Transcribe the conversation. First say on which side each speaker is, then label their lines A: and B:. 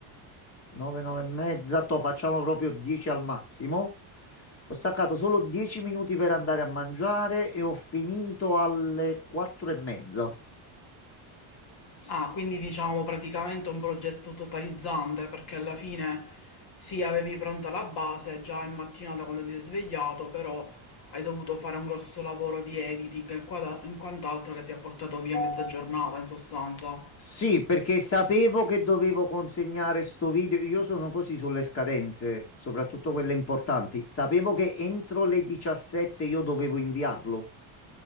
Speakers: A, on the left (about 30°); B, on the left (about 50°).
A: 9, 9 e mezza, to facciamo proprio 10 al massimo. Ho staccato solo 10 minuti per andare a mangiare e ho finito alle 4 e mezza.
B: Ah, quindi diciamo praticamente un progetto totalizzante perché alla fine sì, avevi pronta la base già in mattinata quando ti sei svegliato, però hai dovuto fare un grosso lavoro di editing e quada- e quant'altro che ti ha portato via mezza giornata in sostanza.
A: Sì, perché sapevo che dovevo consegnare sto video. Io sono così sulle scadenze, soprattutto quelle importanti. Sapevo che entro le 17 io dovevo inviarlo.